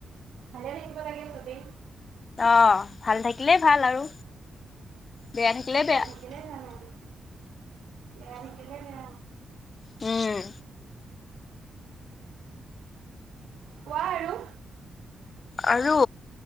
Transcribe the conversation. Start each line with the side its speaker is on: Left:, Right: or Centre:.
Right: ভালে থাকিব লাগে চবেই।
Left: অ' ভাল থাকি থাকিলে ভাল আৰু বেয়া থাকিলে বেয়া।
Right: ভাল থাকিলে ভাল আৰু। বেয়া দেখিলে বেয়া।
Left: হুম।
Right: কোৱা আৰু।
Left: আৰু